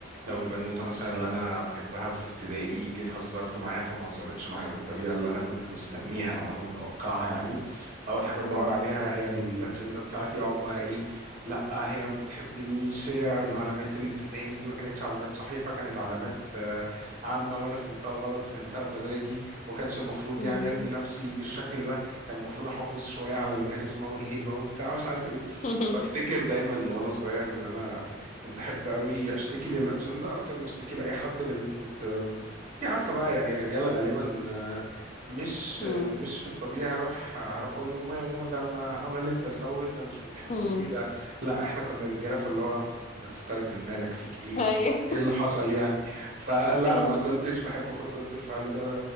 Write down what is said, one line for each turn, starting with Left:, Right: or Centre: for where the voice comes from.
Right: لو البنوته مثلا اللي انا بحبها في ابتدائي جيت هزرت معاها فما هزرتش معايا بالطريقه اللي انا كنت مستنيها او انا متوقعها يعني اول حاجه
Left: مم.
Right: بدور عليها هي الاجنده بتاعتي اقعد بقى ايه لا هي ما بتحبنيش هي العلامات اللي بتدهني دي ما كانتش علامات صحيحه كانت علامات آه، عامة وأنا فهمتها غلط فهمتها بمزاجي ما كانش المفروض
Left: مم.
Right: يعني أرمي نفسي بالشكل ده كان المفروض أحافظ شوية على الكاريزما والهيبة وبتاع مش عارف إيه
Left: <laughs>
Right: بفتكر دايما وانا صغير ان انا كنت احب قوي اشتكي للاجنده اكتر ما اشتكي لاي حد لان كنت انت عارفه بقى يعني الرجاله غالبا آه، مش
Left: مم.
Right: آه، مش في الطبيعي هروح هروح اقول لماما يا ماما ده ما عملت ده سوت ده مش بتحبني
Left: مم.
Right: ده لا احنا كنا رجاله فاللي هو ما تسترجل مالك فيك ايه
Left: ايوه
Right: ايه اللي حصل يعني فلا
Left: مم.
Right: ما كنتش بحب اخد رد الفعل ده